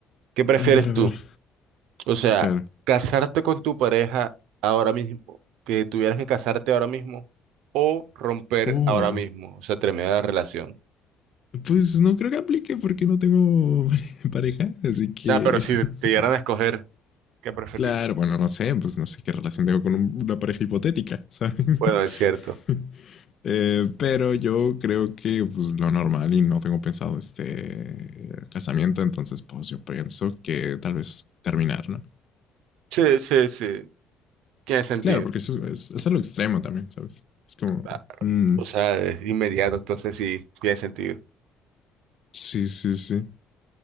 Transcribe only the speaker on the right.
¿Qué prefieres
tú?
O sea,
casarte con tu pareja ahora mismo, que tuvieras que casarte ahora mismo, o romper
ahora mismo, o sea, terminar la relación.
O
sea, pero si
te dieran a escoger, ¿qué preferirías?
Bueno, es cierto.
Sí, sí, sí. Tiene sentido.
Ah,
O sea, es inmediato, entonces sí, tiene sentido.